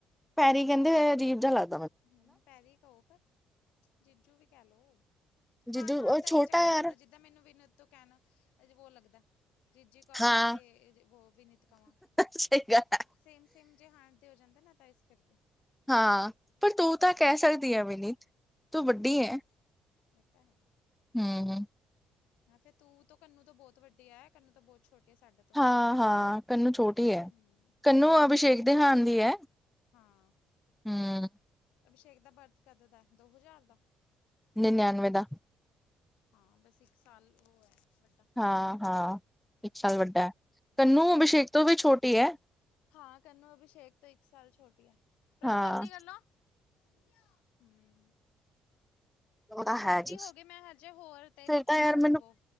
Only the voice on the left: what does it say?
ਹਮ ਪੈਰੇ ਕੋ ਪਰ ਜੀਜੂ ਵੀ ਕਹਿ ਲਓ ਹਾਨ
ਹਾਨ
ਦਾ ਇਹ
ਚੱਕਰ
ਹੁੰਦਾ ਜ ਤਾਂ ਮੈਨੂੰ ਵੀ ਉਤੋਂ ਕਹਿਣਾ ਅਜੇ ਬੋ ਲੱਗਦਾ ਜੀਜੂ ਕਵਾਂ
ਤੇ ਵਿਨੀਤ ਕਵਾਂ
ਸੇਮ ਸੇਮ ਜੇ ਹਾਂਨ ਦੇ ਹੋ ਜਾਂਦੇ ਨਾ ਤਾਂ ਇਸ ਕਰਕੇ
ਹਮ
ਹਾਂ
ਇਹ ਤਾਂ ਹੈ
ਹ ਫੇਰ ਤੂੰ ਤਾਂ ਕੰਨੂੰ ਤੋਂ ਬਹੁਤ ਵੱਡੇ ਆਏ ਕੰਨੂੰ ਤਾਂ ਬਹੁਤ ਛੋਟੇ ਸਾਡੇ ਤੋਂ
ਹਮ
ਹਾਂ
ਅਭਿਸ਼ੇਕ ਦਾ ਬਰਥ ਕਦ ਦਾ ਦੋ ਹਜ਼ਾਰ ਦਾ
ਹਾਂ ਬਸ ਇੱਕ ਸਾਲ ਉਹ ਹੈ ਵੱਡਾ
ਹਾਂ ਕੰਨੂੰ ਅਭਿਸ਼ੇਕ ਤੋਂ ਇੱਕ ਸਾਲ ਛੋਟੀ ਹੈ ਪਰਭ
ਜਲਦੀ ਕਰ ਲੋ ਹਮ
ਟਵੰਟੀ
ਹੋ ਗਏ ਮੈਂ ਹਜੇ ਹੋਰ ਤੇ
ਨੀ ਕੀਤਾ
ਉਹ